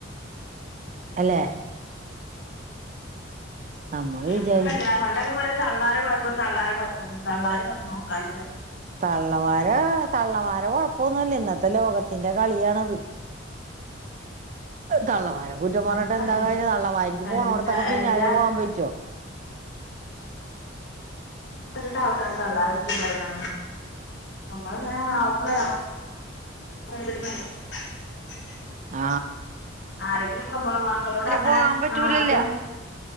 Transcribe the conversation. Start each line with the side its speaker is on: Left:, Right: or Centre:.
Right: അല്ലെ നമ്മള്
Left: നമ്മളല്ല
Right: വിചാ
Left: പണ്ടൊക്കെ പറയും തള്ളാരെ കൊയ് അപ്പൊ തള്ളാര് കൊയ്പ്പം തള്ളാര് വന്നോ നോക്കാൻ
Right: തള്ളമാര തള്ളമാര കൊഴപ്പൊന്നുല്ല ഇന്നത്തെ ലോകത്തിന്റെ കളിയാണത് തള്ളാ കുറ്റം
Left: ഞാൻ
Right: പറഞ്ഞിട്ട്
Left: പറയും
Right: എന്താ കാര്യം തള്ളമാർക്ക്
Left: എല്ലാ
Right: പോകനോട്‌ത്തൊക്കെ പിന്നെ
Left: എല്ലാ
Right: പോവാൻ പറ്റോ
Left: <unintelligible> തള്ളരെ കുറ്റം പറിയ്ണെ നമ്മൾ ങ്ങനെ ആവുമ്പല്ലല്ലോ <unintelligible>
Right: ആ
Left: ആരെങ്കിലും പ്പം നമ്മടെ മക്കളോട് അങ്ങനെ
Right: പോകാൻ പറ്റൂലല്ലോ
Left: ആ അത്